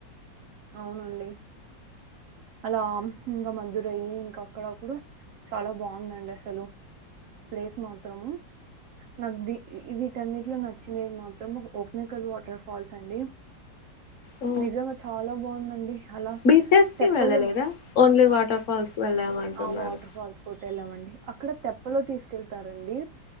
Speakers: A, on the right; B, on the left.
A: అవునండి అలా ఇంకా మధురై ఇంకా అక్కడ కూడా చాలా బాగుందండి అసలు ప్లేస్ మాత్రం నాకు ది వీటన్నిట్లో నచ్చిినది మాత్రం ఓమెకల్ వాటర్ ఫాల్స్ అండి
B: ఓ
A: నిజంగా చాలా బాగుందండి అలా
B: బీచెస్
A: తెప్పలు
B: వెళ్ళలేదా ఓన్లీ వాటర్ ఫాల్స్ వెళ్ళామంటున్నారు
A: ఆ వాటర్ ఫాల్స్ కూడా వెళ్ళామండి అక్కడ తెప్పలో తీసుకెళ్తారండి